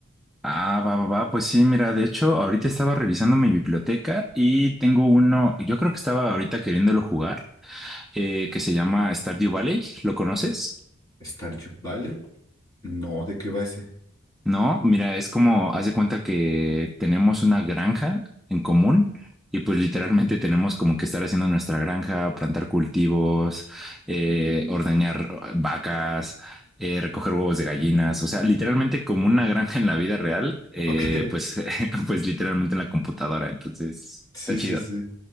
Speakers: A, in the centre; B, on the left.
A: Ah, va, va, va. Pues sí, mira, de hecho, ahorita estaba revisando mi biblioteca y tengo uno, yo creo que estaba ahorita queriéndolo jugar, eh, que se llama Stardew Valley. ¿Lo conoces?
B: ¿Stardew Valley? No, ¿de qué va ese?
A: No, mira, es como, haz de cuenta que tenemos una granja en común y pues literalmente tenemos como que estar haciendo nuestra granja, plantar cultivos, eh, ordeñar eh, vacas, eh, recoger huevos de gallinas, o sea, literalmente como una granja en la vida real, eh,
B: <laughs> ¿Ok?
A: pues, <laughs> pues literalmente en la computadora, entonces
B: Sí,
A: está chido.
B: sí, sí.